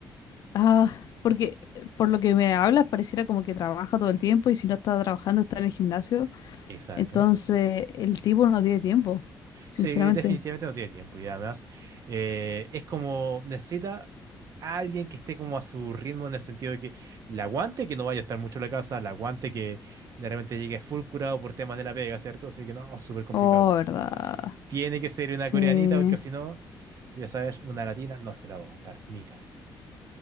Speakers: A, on the left (about 55°); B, on the right (about 45°).
A: Ah, porque eh, por lo que me hablas pareciera como que trabaja todo el tiempo y si no está trabajando está en el gimnasio.
B: Exacto.
A: Entonces el tipo no tiene tiempo, sinceramente.
B: Sí, definitivamente no tiene tiempo y además eh, es como necesita a alguien que esté como a su ritmo en el sentido de que la aguante, que no vaya a estar mucho en la casa, la aguante que de repente llegue full curado por temas de la pega, ¿cierto? Así que no, súper complicado.
A: Oh, verdad.
B: Tiene que ser una
A: Sí.
B: coreanita porque si no, tú ya sabes, una latina no se la va a aguantar, nica.